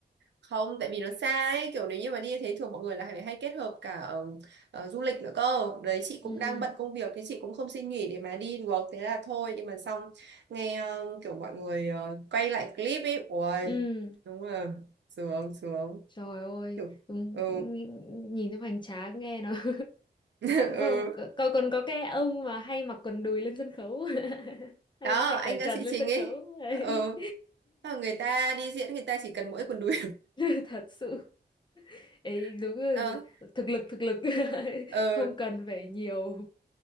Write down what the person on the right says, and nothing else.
không tại vì nó xa ấy kiểu nếu như mà đi thế thường mọi người là phải hay kết hợp cả ờ, ờ, du lịch nữa cơ đấy chị
cũng đang bận công việc thế chị cũng không xin nghỉ để mà đi được thế là thôi nhưng mà xong nghe ờ, kiểu mọi người ờ, quay lại clip ấy ui
đúng là sướng sướng
kiểu
ừ
<laughs>
ừ
đó
anh
ca sĩ
chính
ấy
ừ Ờ, người ta đi diễn người ta chỉ cần mỗi quần đùi
<laughs>
ờ
ừ.